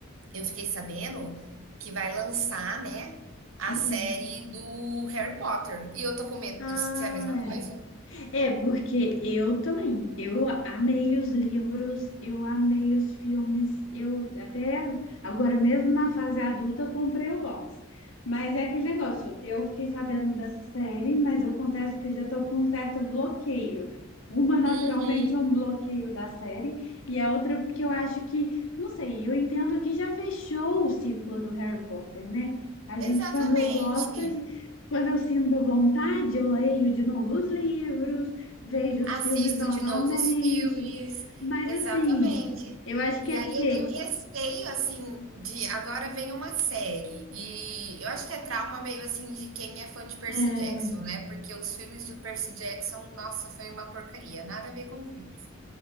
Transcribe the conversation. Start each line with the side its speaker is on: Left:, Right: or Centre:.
Right: eu fiquei sabendo que vai lançar, né, a
Left: Uhum.
Right: série do Harry Potter. E eu tô com medo
Left: Ah,
Right: de ser a mesma coisa.
Left: é. É, porque eu também. Eu amei os livros, eu amei os filmes. Eu até agora mesmo na fase adulta eu comprei o box. Mas é aquele negócio, eu fiquei sabendo dessa série, mas eu confesso que eu já estou com um certo bloqueio. Uma naturalmente
Right: Uhum.
Left: um bloqueio da série, e a outra porque eu acho que, não sei, eu entendo que já fechou o ciclo do Harry Potter, né? A gente,
Right: Exatamente.
Left: quando gosta, Quando eu sinto vontade, eu leio de novo os livros, vejo os
Right: Assisto
Left: filmes novamente.
Right: de novo os filmes,
Left: Mas
Right: exatamente.
Left: assim, eu acho
Right: E
Left: que é
Right: aí
Left: porque
Right: eu tenho receio, assim, de agora vem uma série. E eu acho que é trauma meio assim de quem é fã de Percy
Left: é,
Right: Jackson, né? Porque os filmes de Percy Jackson, nossa, foi uma porcaria, nada a ver com os livros.